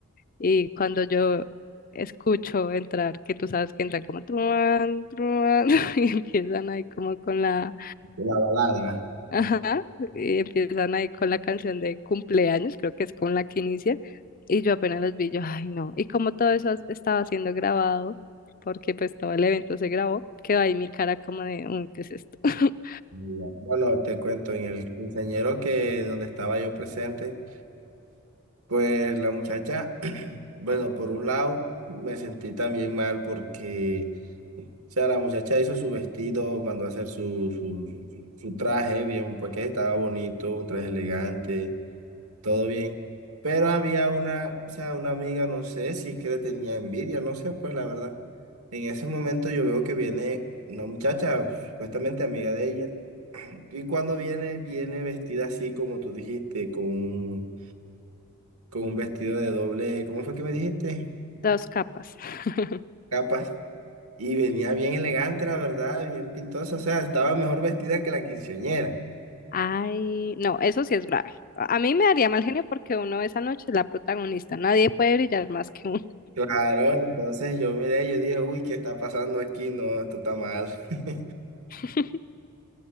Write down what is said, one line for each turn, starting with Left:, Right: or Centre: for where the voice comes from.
Left: Y cuando yo escucho entrar, que tú sabes que entran como truán, truán, <laughs> y empiezan ahí como con la,
Right: La balada.
Left: Ajá, y empiezan ahí con la canción de cumpleaños, creo que es con la que inicia, y yo apenas los vi, yo, ay no, y como todo eso as- estaba siendo grabado, porque pues todo el evento se grabó, quedó ahí mi cara como de, "Uy, ¿qué es esto? <laughs>
Right: Ya. Bueno, te cuento, en el quinceañero que donde estaba yo presente, pues la muchacha, <clears throat> bueno, por un lado me sentí también mal porque sea, la muchacha hizo su vestido, mandó a hacer su, su, su- su traje bien, porque estaba bonito, un traje elegante, todo bien. Pero había una, o sea, una amiga, no sé si es que le tenía envidia, no sé, pues la verdad. En ese momento yo veo que viene una muchacha, supuestamente amiga de ella, y cuando viene, viene vestida así como tú dijiste, con un, con un vestido de doble, ¿cómo fue que me dijiste?
Left: Dos capas. <laughs>
Right: Capas. Y venía bien elegante, la verdad, bien pintosa, o sea, estaba mejor vestida que la quinceañera.
Left: Ay, no, eso sí es grave. A a mí me daría mal genio porque uno esa noche es la protagonista, nadie puede brillar más que uno.
Right: Claro, entonces yo miré, yo dije, uy, ¿qué está pasando aquí? No, esto está mal. <laughs>
Left: <laughs>